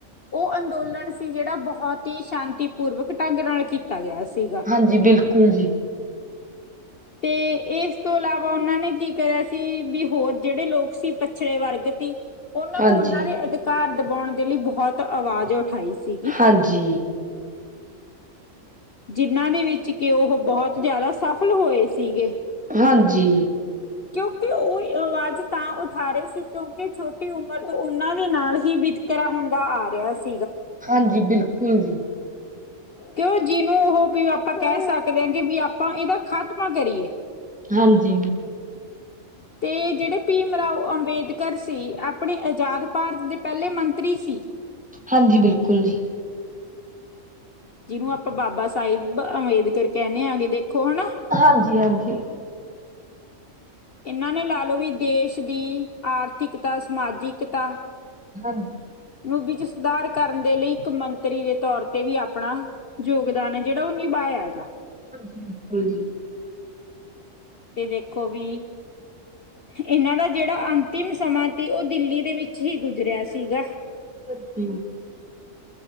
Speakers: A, on the left; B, in the centre.
A: ਉਹ ਅੰਦੋਲਨ ਸੀ ਜਿਹੜਾ, ਬਹੁਤ ਹੀ ਸ਼ਾਂਤੀ ਪੂਰਵਕ ਢੰਗ ਨਾਲ ਕੀਤਾ। ਕੀਤਾ ਗਿਆ ਸੀਗਾ।
B: ਹਾਂਜੀ ਬਿਲਕੁਲ ਜੀ
A: ਤੇ ਇਸ ਤੋਂ ਇਲਾਵਾ ਉਹਨਾਂ ਨੇ ਕੀ ਕਰਿਆ। ਸੀ ਵੀ ਹੋਰ ਜਿਹੜੇ ਲੋਕ ਸੀ ਪੱਛੜੇ ਵਰਗ ਤੀ ਉਹਨਾਂ
B: ਹਾਂਜੀ
A: ਨੂੰ ਉਹਨਾਂ ਦੇ ਅ ਘਰ ਦਬਾਉਣ ਦੇ ਲਈ ਬੋਹਤ ਆਵਾਜ਼ ਉਠਾਈ ਸੀਗੀ।
B: ਹਾਂਜੀ
A: ਜਿੰਨਾਂ ਦੇ ਵਿੱਚ ਕਿ ਉਹ ਬੋਹਤ ਜਾਦਾ ਸਫਲ ਹੋਏ ਸੀਗੇ।
B: ਹਾਂਜੀ।
A: ਕਿਉਂਕਿ ਉਹ ਆਵਾਜ਼ ਤਾਂ ਉਠਾ ਰਹੇ ਸੀ, ਕਿਉਂਕਿ ਛੋਟੀ ਉਮਰ ਤੋਂ ਉਹਨਾਂ ਦੇ ਨਾਲ ਹੀ ਬ ਤਰ੍ਹਾਂ ਹੁੰਦਾ ਆ ਰਿਹਾ ਸ
B: ਹਾਂਜੀ, ਬਿਲਕੁਲ ਜੀ।
A: ਕਿਉ ਜਿਹਨੂੰ ਉਹ ਵੀ ਆਪਾਂ ਕਹਿ ਸਕਦੇ ਹਾਂ ਕਿ ਵੀ ਆਪਾਂ ਏਦਾ ਖ਼ਤਮਾ ਕਰੀਏ।
B: ਹਾਂਜੀ।
A: ਤੇ ਜਿਹੜੇ ਭੀਮ ਰਾਓ ਅੰਬੇਦਕਰ ਸੀ, ਆਪਣੇ ਆਜ਼ਾਦ ਭਾਰਤ ਦੇ ਪਹਿਲੇ ਮੰਤਰੀ ਸੀ।
B: ਹਾਂਜੀ, ਬਿਲਕੁਲ ਜੀ।
A: ਜਿਨੂੰ ਆਪਾਂ ਬਾਬਾ ਸਾਹਿਬ ਅੰਬੇਦਕਰ ਕਹਿੰਨੇ ਹੈਗੇ ਦੇਖੋ ਹਨਾ।
B: ਹਾਂਜੀ, ਹਾਂਜੀ।
A: ਇਨਾਂ ਨੇ ਲਾ ਲਓ ਵੀ ਦੇਸ਼ ਦੀ ਆਰਥਿਕਤਾ, ਸਮਾਜਿਕਤਾ
B: ਹਾਂਜੀ।
A: ਨੂੰ ਵਿੱਚ ਸੁਧਾਰ ਕਰਨ ਦੇ ਲਈ ਇੱਕ ਮੰ ਤਰੀ ਦੇ ਤੌਰ ਤੇ ਵੀ ਆਪਣਾ ਯੋਗਦਾਨ ਐ ਜੇੜਾ ਓ ਨਿਭਾਇਆ ਹੈਗਾ।
B: ਹਾਂਜੀ, ਹਾਂਜੀ।
A: ਤੇ ਦੇਖੋ ਵੀ ਤੇ ਏਨਾਂ ਦਾ ਜੇੜਾ ਅੰਤਿਮ ਸਮਾਂ ਤੀ, ਓ ਦਿੱਲੀ ਦੇ ਵਿੱਚ ਹੀ ਗੁਜ਼ਰਿਆ ਸੀਗਾ।
B: ਹਾਂਜੀ।